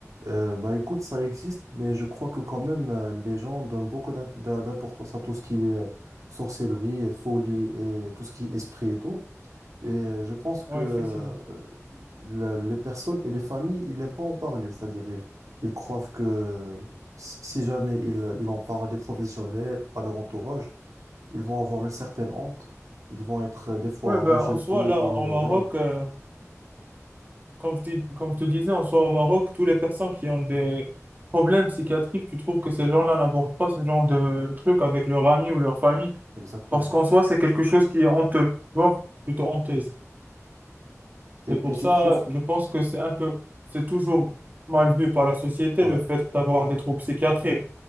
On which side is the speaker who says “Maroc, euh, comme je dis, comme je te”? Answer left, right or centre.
Right